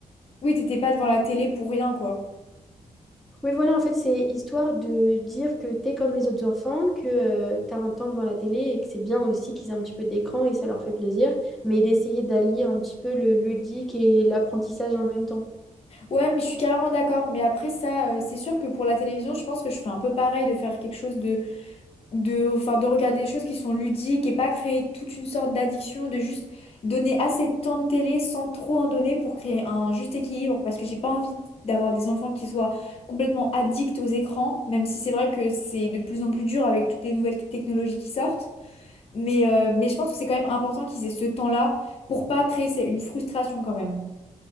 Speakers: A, on the left; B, in the centre.
A: Oui, t'étais pas devant la télé pour rien, quoi.
B: Oui, voilà, en fait, c'est histoire de dire que t'es comme les autres enfants, que tu t'as un temps devant la télé et que c'est bien aussi qu'ils aient un petit peu d'écran et ça leur fait plaisir, mais d'essayer d'allier un petit peu le ludique et l'apprentissage en même temps.
A: Ouais, mais je suis carrément d'accord. Mais après ça, euh, c'est sûr que pour la télévision, je pense que je ferais un peu pareil de faire quelque chose de de, enfin, de regarder des choses qui sont ludiques et pas créer toute une sorte d'addiction, de juste donner assez de temps de télé sans trop en donner pour créer un juste équilibre parce que j'ai pas envie d'avoir des enfants qui soient complètement addicts aux écrans, même si c'est vrai que c'est de plus en plus dur avec toutes les nouvelles technologies qui sortent. Mais, euh, mais je pense que c'est quand même important qu'ils aient ce temps-là pour pas créer c'est une frustration quand même.